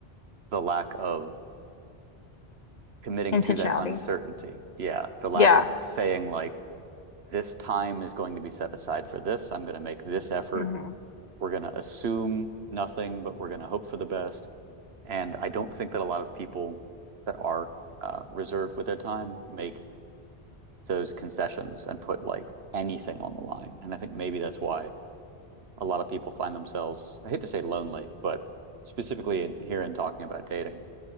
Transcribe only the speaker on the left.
Intentionality.
Yeah,
hmm